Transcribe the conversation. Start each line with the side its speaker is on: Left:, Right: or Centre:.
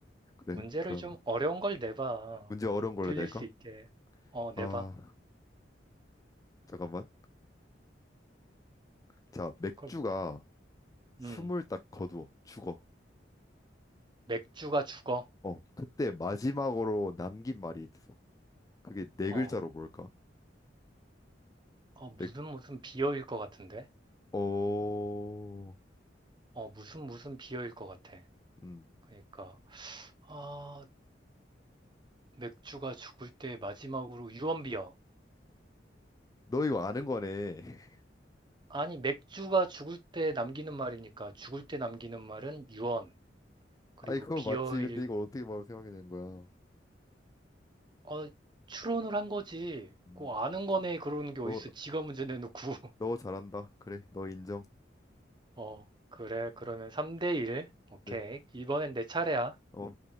Left: 그래.
Right: 문제를
Left: 그러면
Right: 좀 어려운 걸 내봐.
Left: 문제 어려운 걸로
Right: 들릴
Left: 낼까?
Right: 수 있게. 어, 내봐.
Left: 아, 잠깐만. 자, 맥주가
Right: 그럼,
Left: 숨을
Right: 음,
Left: 딱 거두어 죽어.
Right: 맥주가 죽어.
Left: 어, 그때 마지막으로 남긴 말이 있어. 그게 네
Right: 어,
Left: 글자로 뭘까?
Right: 어, 무슨
Left: 맥,
Right: 무슨 비어일 것 같은데?
Left: 어,
Right: 어, 무슨 무슨 비어일 것 같아.
Left: 음,
Right: 그러니까, 아, 맥주가 죽을 때 마지막으로 유언비어.
Left: 너 이거 아는 거네. <laughs>
Right: 아니, 맥주가 죽을 때 남기는 말이니까 죽을 때 남기는 말은 유언. 그리고
Left: 아이 그거
Right: 비어일,
Left: 맞지? 근데 이걸 어떻게 바로 생각이 된 거야?
Right: 어, 추론을 한 거지.
Left: 음,
Right: 그 아는 거네. 그러는 게
Left: 너,
Right: 어딨어. 지가 문제 내놓고.
Left: 너 잘한다. 그래, 너 인정.
Right: 어, 그래. 그러면 3대 1. 오케이.
Left: 그래,
Right: 이번엔 내 차례야.
Left: 어,